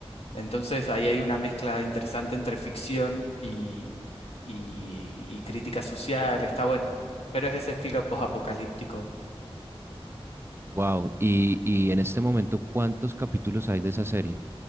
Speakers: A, on the left; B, on the right.
A: entonces ahí hay una mezcla interesante entre ficción y, y- y crítica social, está bueno, pero es ese estilo posapocalíptico.
B: Wow, y, y en este momento, ¿cuántos capítulos hay de esa serie?